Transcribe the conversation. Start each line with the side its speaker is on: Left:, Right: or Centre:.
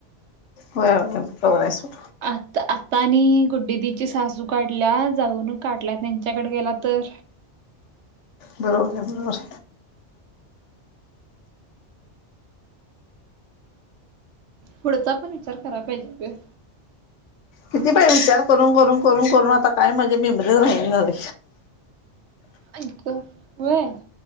Left: होय होय पवल्यासुठ.
Right: आ आता आणि गुड्डीदीची सासू काढल्या जाऊन काढल्या त्यांच्याकडे गेला तर.
Left: बरोबर आहे बरोबर.
Right: पुढचा पण विचार कराय पाहिजे गं.
Left: किती बाय विचार करून करून करून करून आता काय माझी मेमरी राहील नाय झालं.
Right: आई गं व्हय.